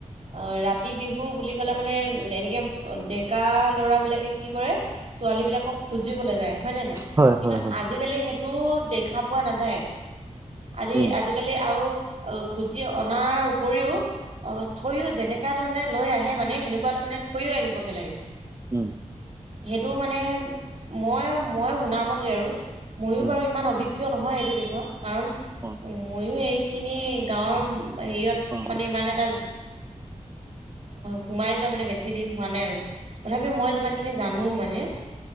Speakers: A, on the right; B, on the right.
A: আহ ৰাতি বিহু বুলি কলে মানে এনেকে ডেকা ল'ৰা বিলাকে কি কৰে ছোৱালী বিলাকক খুজিবলৈ যায়। হয়নে নাই
B: হয়
A: কিন্তু
B: হয় হয়
A: আজিকালি সেইটো দেখা পোৱা নাযায় আজি
B: উম
A: আজি আজিকালি আৰু খুজি অনাৰ উপৰিও অ', থৈ যেনেকুৱা ধৰণে লৈ আহে মানে সেনেকুৱা ধৰণে থৈ আহিব কে লাগে।
B: উম।
A: সেইটো মানে মই, মই শুনা মতে আৰু ময়ও
B: উম
A: বাৰু সিমান অভিজ্ঞ কিয় নহয় এইটো দিশত কাৰণ
B: উ
A: ময়ো এইখিনি গাঁৱৰ হেৰিয়ত
B: অ
A: মানে ইমান এটা সোমাই যোৱা মানে বেছি দিন হোৱা নাই আৰু তথাপি মই যিমান খিনি জানো মানে